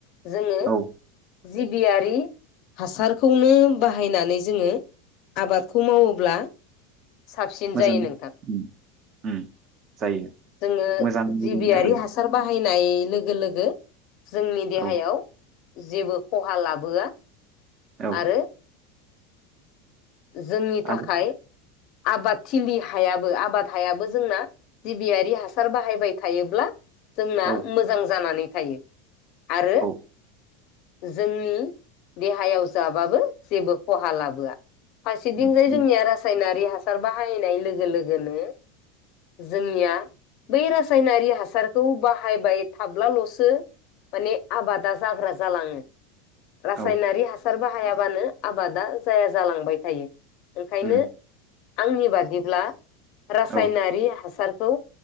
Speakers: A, on the left; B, on the right.
A: जोङो
B: औ
A: जिबियारि हासारखौनो बाहायनानै जोङो आबादखौ मावोब्ला साबसिन
B: मोजां
A: जायो नोंथां
B: उम उम जायो
A: जोङो
B: मोजां बिदिनो
A: जिबियारि
B: ओ
A: हासार बा हायनाय लोगो लोगो जोंनि देहायाव
B: औ
A: जेबो खहा लाबोआ
B: औ
A: आरो जोंनि थाखाय
B: आरो
A: आबादथिलि हायाबो आबाद हायाबो जोंना जिबियारि हासार बाहायबाय थायोब्ला जोंना
B: औ
A: मोजां जानानै थायो आरो
B: औ
A: जोंनि देहायाव जाबाबो जेबो खहा लाबोआ। फारसेथिं
B: उम
A: जाय
B: दे
A: जोंनिया रासायनारियाव हासार बाहायनाय लोगो लोगोनो जोंनिया बै रासायनारि हासारखौ बाहायबाय थाब्लालसो माने आबादा जाग्रा जालाङो। रासायनारि
B: औ
A: हासार बा हायाबानो आबादा जाया जालांबाय थायो। ओंखायनो
B: उम
A: आंनि बादिब्ला रासायनारि
B: औ
A: हासार खौ